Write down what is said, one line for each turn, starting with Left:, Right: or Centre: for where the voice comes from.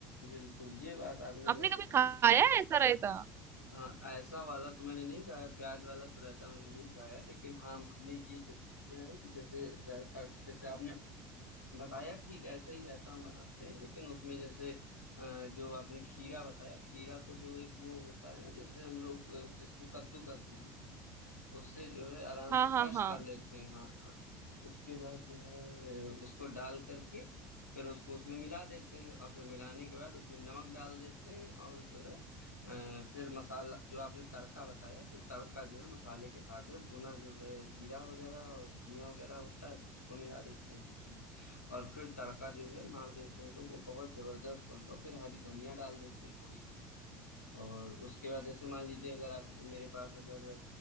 Left: बिल्कुल ये बात आपने
Right: आपने
Left: बहुत
Right: कभी
Left: अच्छी
Right: खाया है ऐसा रायता
Left: हाँ ऐसा वाला तो मैंने नहीं खाया प्याज वाला तो रायता मैंने नहीं खाया लेकिन हाँ हमने ये जरूर किया है कि जैसे रायता जैसे आपने बताया ठीक ऐसा ही रहता हम बनाते हैं लेकिन उसमें जैसे अ, जो आपने खीरा बताया खीरा को जो एक वो होता है ना जिससे हम लोग अ, जिसको कद्दूकस बोलते हैं उससे जो है आराम
Right: हाँ
Left: से क्रश
Right: हाँ हाँ
Left: कर लेते हैं हाँ हाँ उसके बाद जो है उसको डाल करके फिर उसको उसमें मिला देते हैं और फिर मिलाने के बाद उसमें नमक डाल देते हैं और जो है अ, फिर मसाला जो आपने तड़का बताया फिर तड़का जो है मसाले के साथ में भुना जो है जीरा वगैरह और धनिया वगैरह होता है तो उसको मिला देते हैं उसमें और फिर तड़का जो है मार देते हैं तो वो बहुत जबरदस्त बनता है फिर हरी धनिया डाल देते हैं थोड़ी बहुत और उसके बाद जैसे मान लीजिए अगर आप मेरे पास अगर